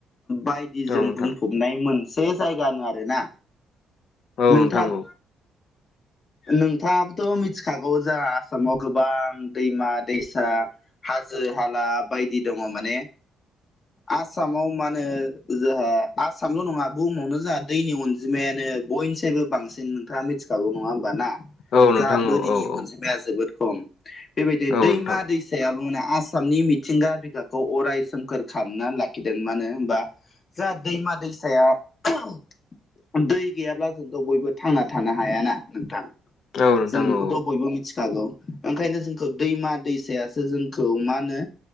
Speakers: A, on the left; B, on the left.
A: बायदि
B: औ
A: जों
B: नोंथां
A: बुंफब मोनाय मोनसे जायगा आरो ना,
B: औ
A: नोंथांब,
B: नोंथां औ
A: नोंथाङाबोथ' मिथिखागौ जोंहा आसामाव गोबां दैमा दैसा हाजो हाला बायदि दङ माने
B: <inaudible>
A: आसामाव माहोनो जोंहा आसामल' नङा बुहुमावनो जोंहा दैनि अनजिमायानो, बयनिस्रायबो बांसिन नोंथाङा मिथिखागौ नङा होमबा ना
B: औ नोंथां
A: जोंहा बोरिनि
B: औ औ
A: मोनसे
B: औ
A: आइया जोबोद खम बेबायदि
B: औ
A: दैमा
B: नोंथां
A: दै, साया बुंनो आसामनि मिथिंगा बिखाखौ अराय सोमखोर खालामना लाख लाखिदों मानो होमबा जा दैमा दैसाया दै गैयाब्ला जोंथ' बयबो थांना थानो हायाना, नोंथां
B: औ नोंथां
A: जों बेखौथ'
B: औ
A: बयबो मिथिखागौ, ओंखायनो जोंखौ दैमा दैसायासो जोंखौ मा होनो,